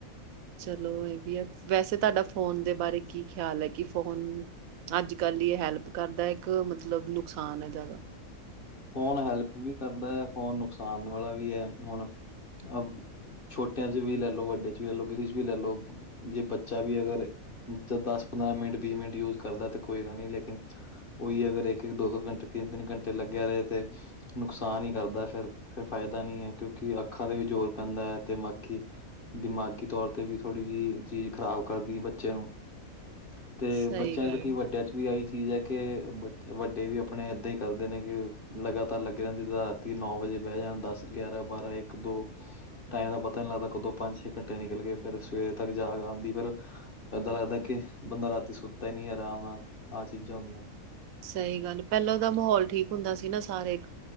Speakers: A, on the right; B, on the left.
A: ਚਲੋ ਇਹ ਵੀ ਹੈ। ਵੈਸੇ ਤੁਹਾਡਾ ਫੋਨ ਦੇ ਬਾਰੇ ਕੀ ਖਿਆਲ? ਹੈ ਕਿ ਫੋਨ ਅੱਜ- ਕੱਲ੍ਹ ਹੀ ਇਹ ਹੈਲਪ ਕਰਦਾ, ਇੱਕ ਮਤਲਬ ਨੁਕਸਾਨ ਹੈ ਜ਼ਿਆਦਾ।
B: ਫੋਨ ਹੈਲਪ ਵੀ ਕਰਦਾ ਹੈ, ਫੋਨ ਨੁਕਸਾਨ ਵਾਲਾ ਵੀ ਹੈ ਹੁਣ ਅ ਛੋਟਿਆਂ 'ਚ ਵੀ ਲੈ ਲੋ, ਵੱਡਿਆਂ 'ਚ ਵੀ ਲੈ ਲੋ, ਕਿਸੇ 'ਚ ਵੀ ਲੈ ਲੋ। ਜੇ ਬੱਚਾ ਵੀ ਅਗਰ ਏ ਚੱਲ ਦਸ -ਪੰਦਰਾਂ - ਮਿੰਟ ਵੀਹ ਮਿੰਟ ਯੂਜ਼ ਕਰਦਾ 'ਤੇ ਕੋਈ ਗੱਲ ਨਹੀਂ, ਲੇਕਨ ਉਹੀ ਅਗਰ ਇੱਕ - ਇੱਕ, ਦੋ - ਦੋ ਘੰਟੇ, ਤਿੰਨ - ਤਿੰਨ ਘੰਟੇ ਲੱਗੇ। ਗੈਰੇ ਤੇ ਨੁਕਸਾਨ ਹੀ ਕਰਦਾ। ਫੇਿਰ ਫਿਰ ਫ਼ਾਇਦਾ ਨੀ ਹੈ, ਕਿਉਂਕਿ ਅੱਖਾਂ 'ਤੇ ਵੀ ਜ਼ੋਰ ਪੈਂਦਾ ਹੈ, ਦਿਮਾਗੀ- ਦਿਮਾਗੀ ਤੌਰ' 'ਤੇ ਵੀ ਥੋੜੀ ਜਿਹੀ ਚੀਜ਼ ਖ਼ਰਾਬ ਘਰ ਵੀ ਬੱਚੇ ਹੋਣ। ਤੇ
A: ਸਹੀ
B: ਬੱਚਿਆਂ
A: ਗੱਲ
B: ਤੋਂ ਕੀ, ਵੱਡਿਆਂ 'ਚ ਵੀ ਆਹੀ ਚੀਜ਼ ਹੈ ਕਿ ਵੱਡੇ ਵੀ ਆਪਣੇ ਏਦਾਂ ਹੀ ਕਰਦੇ ਨੇ। ਕਿ ਲਗਾਤਾਰ ਲੱਗੇ ਰਹਿੰਦੇ, ਜਿੱਦਾਂ ਰਾਤੀ ਨੌ ਵਜੇ ਬਹਿ ਜਾਣ, ਦਸ- ਗਿਆਰਾਂ - ਬਾਰਾਂ- ਇੱਕ - ਦੋ। ਟਾਈਮ ਦਾ ਪਤਾ ਨ ਨਹੀਂ ਲੱਗਦਾ, ਕਦੋਂ ਪੰਜ- ਛੇ ਘੰਟੇ ਨਿਕਲ ਗਏ। ਫਿਰ ਸਵੇਰ ਤੱਕ ਜਾਗ ਆਉਂਦੀ ਫਿਰ ਏਦਾਂ ਲੱਗਦਾ ਕਿ ਬੰਦਾ ਰਾਤੀ ਹੀ ਨਹੀ। ਆਰਾਮ ਨਾਲ ਆਹ ਚੀਜ਼ਾਂ ਹੁੰਦੀਆਂ।
A: ਸਹੀ ਗੱਲ ਪਹਿਲਾਂ ਉਹਦਾ ਮਾਹੌਲ ਠੀਕ ਹੁੰਦਾ ਸੀ ਨਾ ਸਾਰੇ ਇੱਕ